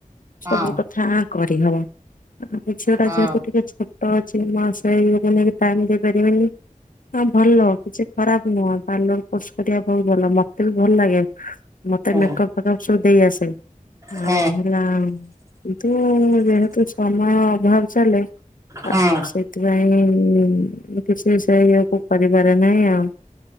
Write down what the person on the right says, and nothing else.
ହଁ
ହଁ
ହୁଁ
ହୁଁ
ହୁଁ।